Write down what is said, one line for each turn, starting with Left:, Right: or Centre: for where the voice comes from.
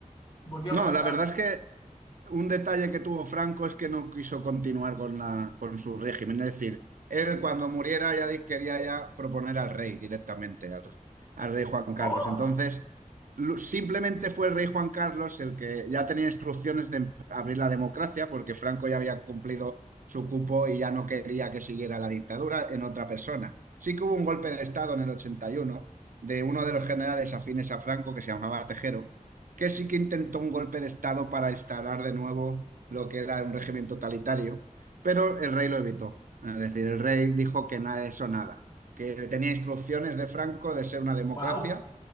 Left: Volvió
Right: No,
Left: al. Re a,
Right: la verdad es que un detalle que tuvo Franco es que no quiso continuar con la, con su régimen. Es decir, él cuando muriera ya di- quería ya proponer al rey directamente, al, al rey Juan Carlos.
Left: ¡Oh!
Right: Entonces, lu- simplemente fue el rey Juan Carlos el que ya tenía instrucciones de em- abrir la democracia, porque Franco ya había cumplido su cupo y ya no quería que siguiera la dictadura en otra persona. Sí que hubo un golpe de Estado en el 81 de uno de los generales afines a Franco que se llamaba Tejero que sí que intentó un golpe de Estado para instalar de nuevo lo que era un régimen totalitario, pero el rey lo evitó. Es decir, el rey dijo que nada de eso, nada, que tenía instrucciones de Franco de ser una democracia
Left: ¡Wow!